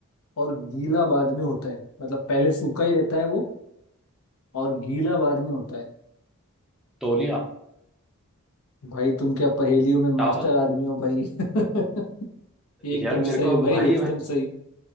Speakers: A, on the left; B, in the centre.
A: और गीला बाद में होता है मतलब पहले सूखा ही रहता है वो और गीला बाद में होता है
B: तौलिया
A: भाई तुम क्या पहेलियों में मास्टर
B: टावल
A: आदमी हो भाई <laughs> एकदम
B: यार मेरे
A: सही
B: को अब
A: भाई
B: भाई
A: एकदम सही